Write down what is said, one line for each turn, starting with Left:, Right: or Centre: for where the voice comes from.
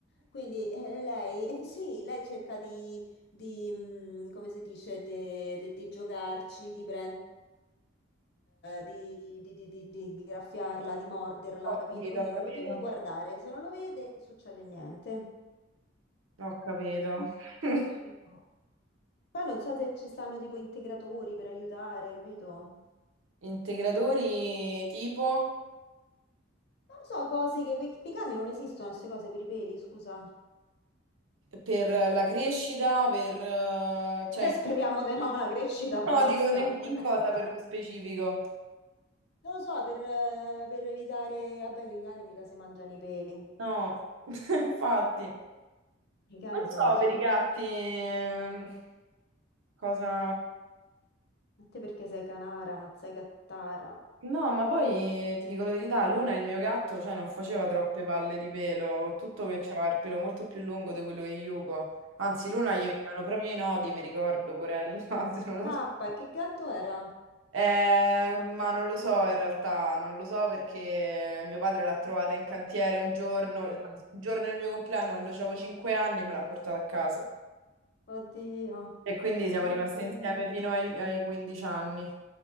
Left: Quindi eh, lei, <laughs> eh, sì, lei cerca di, di, mm, come si dice, de- de- di giocarci, di prendere, di, di- di- di- di graffiarla, di morderla,
Right: Ho
Left: capito?
Right: capito,
Left: Quindi
Right: ho
Left: non
Right: capito,
Left: lo deve guardare. Se non lo vede, non succede niente.
Right: ho capito.
Left: <laughs>
Right: <laughs>
Left: Eh, boh. Poi non so se ci stanno tipo integratori per aiutare, capito?
Right: Integratori tipo
Left: Non lo so, cose che per i cani non esistono, queste cose per i peli, scusa. <laughs>
Right: per la crescita, per... eh,
Left: Beh,
Right: cioè, in
Left: Speriamo
Right: co-
Left: di no, la crescita basta,
Right: no, dico in,
Left: porella.
Right: in cosa per lo specifico?
Left: Non lo so, per, eh, per evitare... Vabbè, che i cani mica si mangiano i peli.
Right: No, <laughs> infatti, non
Left: I cani sono...
Right: so
Left: se-
Right: per
Left: Ma
Right: i gatti eh, cosa...
Left: a te perché sei canara, non sei cattara?
Right: No, ma poi eh, ti dico la verità, Luna, il mio gatto, cioè, non faceva troppe palle di pelo, con tutto che
Left: Ma,
Right: c'aveva il pelo molto più lungo di quello di Yuko. Anzi, Luna
Left: Eh.
Right: gli venivano proprio i nodi, mi ricordo, porella, <laughs> se non
Left: mappa,
Right: la- sp-
Left: e che gatto era?
Right: Eh, ma non lo so in realtà, non lo so perché mio padre l'ha trovata in cantiere un giorno,
Left: Mm.
Right: il giorno del mio compleanno, quando avevo 5 anni, e me l'ha portata a casa.
Left: Oddio,
Right: E quindi siamo
Left: che
Right: rimasti
Left: carino.
Right: insieme fino ai, ai 15 anni.